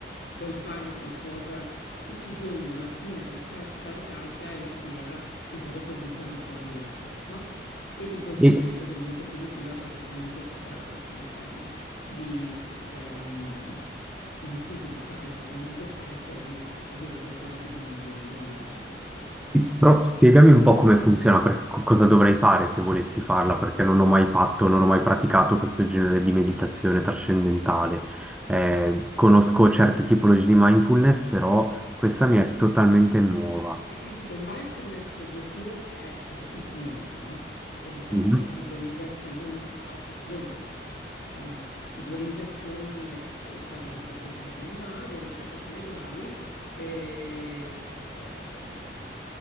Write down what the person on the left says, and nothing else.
puoi fare qualcosa tutti i giorni, la mattina ti, ca- ti dà la carica e la sera ti serve per buttare fuori lo stress, no? E di conseguenza
ed è molto positiva perché comunque ti dà la possibilità di, di, ehm, di sì, di buttare fuori molto stress e di avere qualcosa che ti mantiene bene durante la giornata.
Perché ti dico, il mindfulness per lo più è, è ipnosi, no? Perché di fatto
sono visualizzazioni, autoipnosi, mettiamo, sono visualizzazioni e, e cose di questo genere, ma le ricerche cerebrali, eh, ehm,